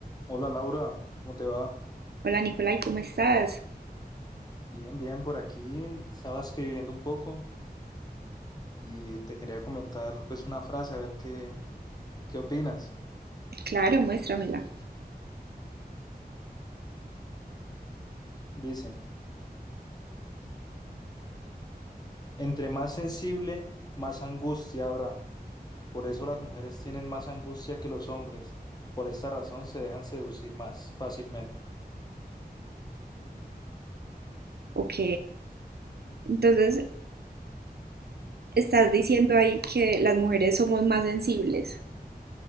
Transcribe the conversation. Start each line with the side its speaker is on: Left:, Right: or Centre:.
Left: Hola Laura, ¿cómo te va?
Right: Hola Nicolai, ¿cómo estás?
Left: Bien, bien, por aquí estaba escribiendo un poco y te quería comentar pues una frase, a ver qué, qué opinas.
Right: Claro, muéstramela.
Left: Dice, entre más sensible, más angustia habrá. Por eso las mujeres tienen más angustia que los hombres. Por esta razón se dejan seducir más fácilmente.
Right: Ok. Entonces, estás diciendo ahí que las mujeres somos más sensibles.